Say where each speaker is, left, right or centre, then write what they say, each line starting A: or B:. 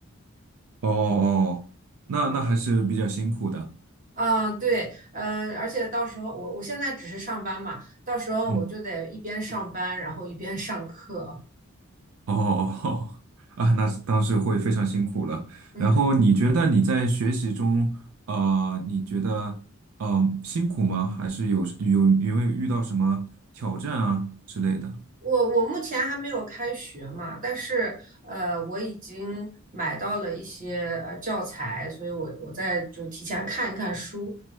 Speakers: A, on the right; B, on the right.
A: 哦哦，
B: <laughs>
A: 那那还是比较辛苦的。
B: 嗯啊，对，呃，而且到时候我我现在只是上班嘛，到时候我就得一边上班，
A: 嗯，
B: 然后一边上课。
A: 哦哦哦，啊，那当时会非常辛苦了。
B: 嗯。
A: 然后你觉得你在学习中，呃，你觉得呃辛苦吗？还是有有有没有遇到什么挑战啊之类的？
B: 我我目前还没有开学嘛，但是呃，我已经买到了一些呃教材，所以我我在就提前看一看书，